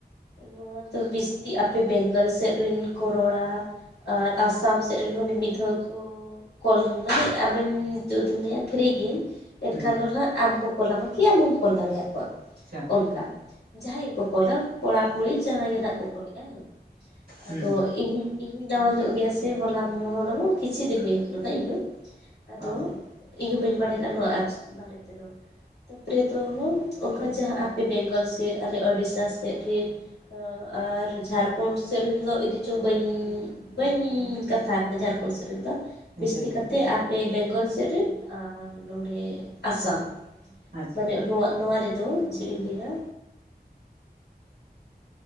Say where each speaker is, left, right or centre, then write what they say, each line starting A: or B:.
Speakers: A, on the left (about 80°); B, on the right (about 65°).
A: ᱱᱚᱣᱟ ᱫᱚ ᱵᱤᱥᱛᱤ ᱟᱯᱮ ᱵᱮᱝᱜᱚᱞ ᱥᱮᱫ ᱨᱮᱱ ᱠᱚ ᱨᱚᱲᱟ ᱟᱨ ᱟᱥᱟᱢ ᱥᱮᱫ ᱨᱮᱱ ᱦᱚᱸ ᱢᱤᱼᱢᱤᱫ ᱫᱷᱟᱣ ᱠᱚ ᱠᱚᱞ ᱢᱟᱱᱮ ᱟᱢᱮᱢ ᱡᱩᱫᱤᱢ ᱞᱟᱹᱭᱟ ᱯᱷᱤᱨᱤ ᱜᱤᱭᱟᱹᱧ ᱮᱱ
B: ᱦᱩᱸ
A: ᱠᱷᱟᱱ ᱫᱚ ᱦᱟᱸᱜ ᱟᱢ ᱠᱚ ᱠᱚᱞᱟᱢᱟ ᱠᱤ ᱟᱢᱮᱢ ᱠᱚᱞ ᱫᱟᱲᱮᱭᱟ ᱠᱚᱣᱟ
B: ᱟᱪᱪᱷᱟ
A: ᱚᱱᱠᱟ ᱡᱟᱦᱟᱸᱭ ᱜᱮᱠᱚ ᱠᱚᱞᱟ ᱠᱚᱲᱟ ᱠᱩᱲᱤ ᱡᱟᱦᱟᱸᱭ ᱜᱮ ᱦᱟᱸᱜ ᱠᱚ ᱠᱚᱞᱟ ᱦᱮᱸ ᱟᱫᱚ
B: ᱦᱩᱸ
A: ᱤᱧ ᱤᱧ ᱦᱚᱸᱧ ᱱᱟᱣᱟ ᱧᱚᱜ ᱜᱮᱭᱟ ᱥᱮ ᱦᱚᱞᱟ ᱦᱚᱞᱟ ᱠᱤᱪᱷᱩ ᱫᱤᱱ ᱦᱩᱭ ᱠᱟᱱᱟ ᱱᱟᱜ ᱤᱧᱦᱚᱸ ᱟᱫᱚ
B: ᱚ
A: ᱤᱧ ᱦᱚᱸ ᱵᱟᱹᱧ ᱵᱟᱲᱟᱭ ᱞᱮᱜᱼᱟ ᱱᱚᱣᱟ ᱮᱯᱥ ᱵᱟᱨᱮ ᱛᱮᱫᱚ ᱛᱟᱨᱯᱚᱨᱮ ᱫᱚ ᱦᱮᱸ ᱚᱱᱠᱟ ᱡᱟᱦᱟᱸ ᱮᱯᱥ ᱵᱮᱝᱜᱚᱞ ᱥᱮᱫ ᱟᱞᱮ ᱳᱲᱤᱥᱥᱟ ᱥᱮᱫ ᱨᱤᱱ ᱟᱨ ᱡᱷᱟᱲᱠᱷᱚᱸᱰ ᱥᱮᱫ ᱨᱮᱱ ᱫᱚ ᱤᱫᱩ ᱪᱚᱝ ᱵᱟᱹᱧ ᱵᱟᱹᱧ ᱠᱟᱛᱷᱟ ᱠᱟᱱᱟ ᱡᱷᱟᱲᱠᱷᱚᱸᱰ ᱥᱮᱫ ᱨᱮᱱ ᱫᱚ ᱵᱤᱥᱛᱤ
B: ᱟᱪᱪᱷᱟ ᱟᱪᱪᱷᱟ
A: ᱠᱟᱛᱮ ᱟᱯᱮ ᱵᱮᱝᱜᱚᱞ ᱥᱮᱫ ᱨᱮᱱ ᱟᱨ ᱱᱚᱸᱰᱮ ᱟᱥᱟᱢ
B: ᱟᱪᱪᱷᱟ
A: ᱢᱟᱱᱮ ᱱᱚᱣᱟ ᱱᱚᱣᱟ ᱨᱮᱫᱚ ᱪᱮᱫ ᱤᱧ ᱞᱟᱹᱭᱟ